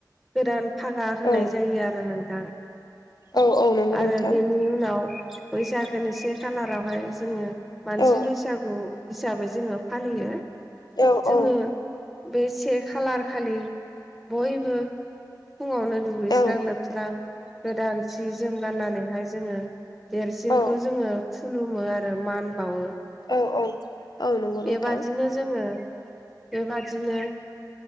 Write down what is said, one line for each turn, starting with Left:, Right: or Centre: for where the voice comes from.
Centre: गोदान फागा होनाय
Left: औ
Centre: जायो आरो नोंथां
Left: औ औ नंगौ
Centre: आरो
Left: नोंथां
Centre: बेनि उनाव बैसागोनि से खालारावहाय जोङो मानसि
Left: औ
Centre: बैसागु हिसाबै जोङो फालियो
Left: औ
Centre: जोङो
Left: औ
Centre: बे से खालार खालि बयबो फुङावनो दुगैस्रां
Left: औ
Centre: लोबस्रां गोदान सि जोम गाननानैहाय जोङो देरसिनखौ
Left: औ
Centre: जोङो खुलुमो आरो मान बावो
Left: औ औ औ नंगौ
Centre: बेबादिनो
Left: नोंथां
Centre: जोङो बेबादिनो